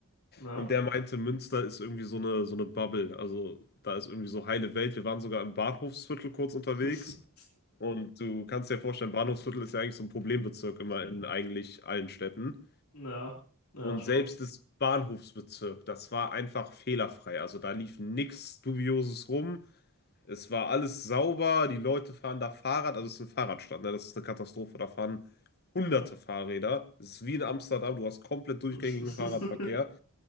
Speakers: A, on the left; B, on the left.
A: <laughs> Ja.
B: Und der meinte, Münster ist irgendwie so eine, so eine Bubble. Also, da ist irgendwie so heile Welt. Wir waren sogar im Bahnhofsviertel kurz unterwegs.
A: <laughs>
B: Und du kannst dir vorstellen, Bahnhofsviertel ist ja eigentlich so ein Problembezirk immer in eigentlich allen Städten.
A: Ja. Ja,
B: Und
A: schon.
B: selbst das Bahnhofsbezirk, das war einfach fehlerfrei. Also, da lief nichts Dubioses rum. Es war alles sauber, die Leute fahren da Fahrrad, also es ist eine Fahrradstadt, ne? Das ist eine Katastrophe, da fahren hunderte Fahrräder. Es ist wie in Amsterdam, du hast komplett durchgängigen
A: <laughs>
B: Fahrradverkehr.